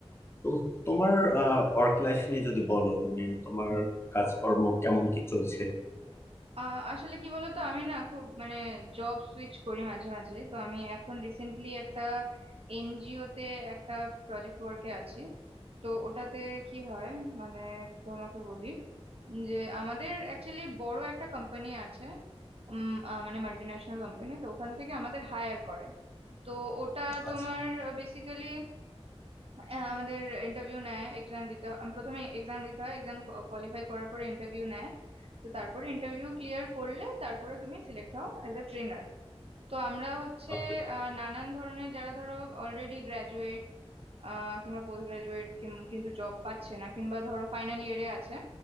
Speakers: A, on the left; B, on the right.
A: তো তোমার ওয়ার্ক লাইফ নিয়ে যদি বলো মানে তোমার কাজকর্ম কেমন কি চলছে
B: আহ আসলে কি বলতো আমি না খুব মানে জব সুইচ করি মাঝে মাঝে তো আমি এখন রিসেন্টলি একটা এনজিও তে একটা প্রজেক্ট ওয়ার্কে আছি তো ওটাতে কি হয় মানে তোমাকে বলি যে আমাদের অ্যাকচুয়ালি বড় একটা কোম্পানি আছে উম, আহ, মানে মাল্টি ন্যাশনাল কোম্পানি তো ওখান থেকে আমাদের হায়ার করে তো ওটা তোমার
A: আচ্ছা
B: বেসিক্যালি আহ, আমাদের ইন্টারভিউ নেয় এক্সাম দিতে হয়। আম, প্রথমে এক্সাম দিতে হয় এক্সাম কোয়ালিফাই করার পরে ইন্টারভিউ নেয় তো তারপরে ইন্টারভিউ ক্লিয়ার করলে তারপরে তুমি সিলেক্ট হও অ্যাজ এ ট্রেনার তো আমরা হচ্ছে
A: ওকে
B: আহ, নানান ধরনের যারা ধরো অলরেডি গ্র্যাজুয়েট কিংবা পোস্ট গ্রাজুয়েট কিন্তু জব পাচ্ছে না কিংবা ধরো ফাইনাল ইয়ারে আছে